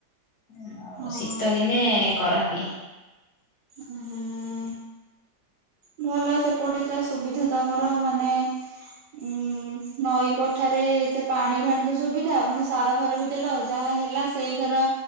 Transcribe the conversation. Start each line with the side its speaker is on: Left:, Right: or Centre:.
Left: ଆଉ
Right: ହଁ
Left: ଶୀତ ଦିନେ କରନ୍ତି।
Right: ହୁଁ। ଭଲ ସେପଟେ ପୁରା ସୁବିଧା ତମର ମାନେ ଉୁଁ ନଈ ପଠାରେତ ପାଣି ଫାଣି ତ ସୁବିଧା ପୁଣି ସାର ଫାର ବି ଦେଲ ଯାହା ହେଲା ସେଇ ଘର